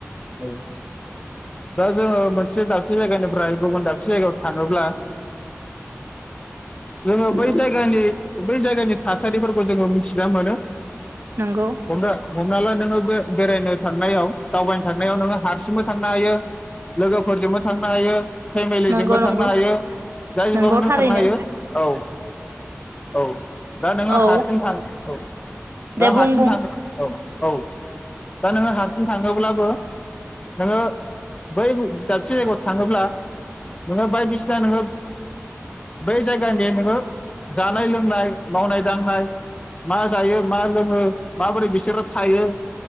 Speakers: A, on the left (about 25°); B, on the right (about 60°).
A: औ दा जोङो मोनसे दाबसे जायगानिफ्राय गुबुन दाबसे जायगायाव थाङोब्ला जोङो
B: नंगौ
A: बै जायगानि बै जायगानि थासारिफोरखौ जोङो मिथिना मोनो
B: नोंगौ
A: हमना हमना ला नोङो बे-बेरायनो थांनायाव दावबायनो थांनायाव नोङो हारसिंबो थांनो हायो लोगोफोरजोंबो थांनो हायो फेमिलिजोंबो
B: नंगौ
A: थांनो
B: नंगौ
A: हायो <unintelligible> थांनो
B: नंगौ थारैनो
A: हायो औ औ दा नोङो
B: औ
A: हारसिं थां औ
B: दे
A: दा
B: बुं
A: हारसिं
B: बुं
A: थां औ। औ दा नोङो हारसिं थाङोब्लाबो नोङो बै दाबसे जायगायाव थाङोब्ला नोङो बायदिसिना नोङो बै जाय गानि नोङो जानाय लोंनाय मावनाय दांनाय मा जायो मा लोङो माबोरै बिसोरो थायो